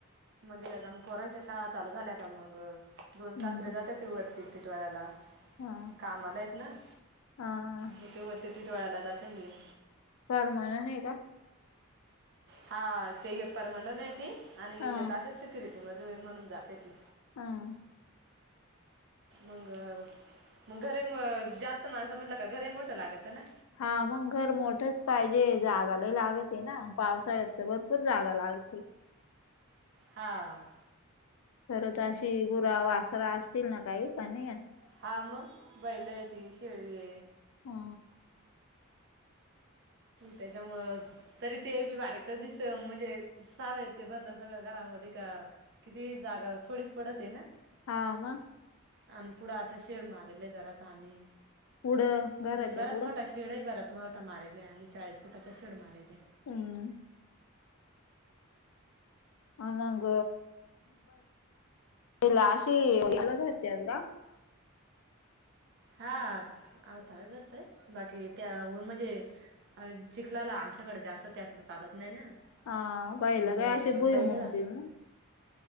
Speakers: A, on the right (about 55°); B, on the left (about 75°).
A: मग एकदम पोरांच्या शाळा चालू झाल्या का मंग दोन
B: हम्म
A: सासरे जात्यांती वरती टिटवळ्याला,
B: हा
A: कामाला हेत ना.
B: हा!
A: मग ते वरती टिटवाळ्याला जात्यांत ये.
B: परमाननय का?
A: हा ते एक परमांनन आहे ती आणि
B: हा
A: एक असच शी सिक्युरिटीमध्ये ये म्हणून जात तें.
B: हं!
A: मंग मंग घर ए म जास्त माणसं म्हनलं का घर ए मोठ लागत ना.
B: हा मग घर मोठंच पाहिजे जागा लई लागती ना पावसाळ्यात. भरपूर जागा लागते.
A: हां
B: खरं तर अशी गुरा वासरा असतील ना काही प नाही.
A: हा मग बैल आहेत शेळी आहे.
B: हा
A: त्याच्यामुळे तरी ते बी बारीकच दिस म्हणजे सावेत ते भरलं सगळ घरामध्ये का किती जागा थोडीच पडत आहे ना.
B: हवा
A: आणि पुढं अस शेड मारलय जरास आम्ही
B: पुढं घराच्या
A: म्हणजे बराच
B: पुढं
A: मोठा शे शेड बराच मोठा मारल आहे आम्ही चाळीस फुटाचा शेड मारले आहे.
B: हम हनांग आशीे एलारते अल का?
A: हा आवता तर तोय बाकी त्या म्हणजे चिखलाला आमच्याकडे जास्त त्यात चालत नाही ना.
B: हा बाईला
A: मग
B: काय अशी बुई
A: बैल
B: मग भ मग